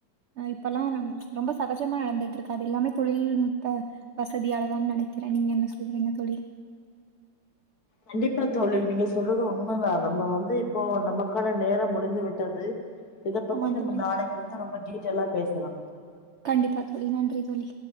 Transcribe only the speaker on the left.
கண்டிப்பா தோழி நீங்க சொல்றது உண்மதா நம்ம வந்து இப்போ நமக்கான நேரோ முடிந்து விட்டது இதப்பத்தி
நம்ம
நாளைக்கு உத்தரம் பண்ணிட்டு டீடெலா பேசலா